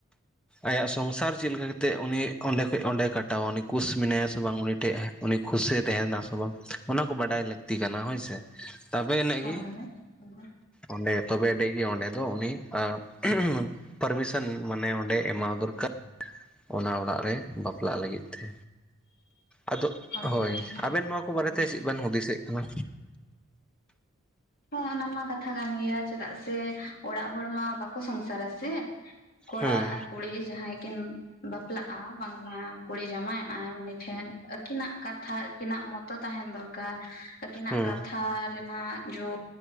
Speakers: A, in the centre; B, on the left.
A: ᱟᱭᱟᱜ ᱥᱚᱝᱥᱟᱨ ᱪᱮᱫ ᱞᱮᱠᱟ ᱠᱟᱛᱮᱜ, ᱩᱱᱤ ᱚᱸᱰᱮ ᱠᱷᱚᱡ ᱚᱸᱰᱮᱭ ᱠᱟᱴᱟᱣᱟ, ᱩᱱᱤ ᱠᱩᱥ ᱢᱮᱱᱟᱭᱟ ᱥᱮ ᱵᱟᱝ ᱩᱱᱤ ᱴᱷᱮᱡ, ᱩᱱᱤ ᱠᱷᱩᱥ ᱛᱟᱦᱮᱱᱟ ᱥᱮ ᱵᱟᱝ ᱚᱱᱟ ᱠᱚ ᱵᱟᱰᱟᱭ ᱞᱟᱹᱠ ᱞᱟᱹᱠᱛᱤ ᱠᱟᱱᱟ ᱦᱳᱭᱥᱮ, ᱛᱚᱵᱮ ᱟᱹᱱᱟᱹᱜ
B: ᱦᱳᱭ
A: ᱜᱮ
B: ᱦᱳᱭ
A: ᱚᱸᱰᱮ ᱛᱚᱵᱮ ᱟᱱᱤᱧ ᱚᱸᱰᱮ ᱫᱚ ᱩᱱᱤ ᱟᱜ ᱯᱟᱨᱢᱤᱥᱚᱱ ᱢᱟᱱᱮ ᱚᱸᱰᱮ ᱮᱢᱟᱣ ᱫᱚᱨᱠᱟᱨ, ᱚᱱᱟ ᱚᱲᱟᱜ ᱨᱮ ᱵᱟᱯᱞᱟᱜ ᱞᱟᱹᱜᱤᱫ ᱛᱮ᱾ ᱟᱫᱚ
B: ᱦᱮᱸ
A: ᱦᱳᱭ ᱟᱵᱮᱱ ᱱᱚᱣᱟ ᱠᱚ ᱵᱟᱨᱮᱛᱮ, ᱪᱮᱫ ᱵᱮᱱ ᱦᱩᱫᱤᱥᱮᱫ ᱠᱟᱱᱟ?
B: ᱦᱚᱸ ᱚᱱᱟ ᱢᱟ ᱠᱟᱛᱷᱟ ᱠᱟᱱ ᱜᱮᱭᱟ ᱪᱮᱫᱟᱜ ᱥᱮ ᱚᱲᱟᱜ ᱦᱚᱲ ᱢᱟ ᱵᱟᱠᱚ ᱥᱚᱝᱥᱟᱨᱟ ᱥᱮ? ᱠᱚᱲᱟ
A: ᱦᱮᱸ
B: ᱟᱨ ᱠᱩᱲᱤ ᱡᱟᱦᱟᱸᱭ ᱠᱤᱱ, ᱵᱟᱯᱞᱟᱜᱼᱟ ᱵᱟᱝ ᱢᱟ ᱠᱩᱲᱤ ᱡᱟᱶᱟᱭᱚᱜᱼᱟᱭ ᱩᱱᱤ ᱴᱷᱮᱱ ᱟᱹᱠᱤᱱᱟᱜ ᱠᱟᱛᱷᱟ, ᱟᱠᱤᱱᱟᱜ ᱢᱚᱛᱚ ᱛᱟᱦᱮᱱ ᱫᱚᱨᱠᱟᱨ ᱟᱠᱤᱱᱟᱜ
A: ᱦᱮᱸ
B: ᱠᱟᱛᱷᱟ ᱨᱮᱱᱟᱜ ᱡᱚ,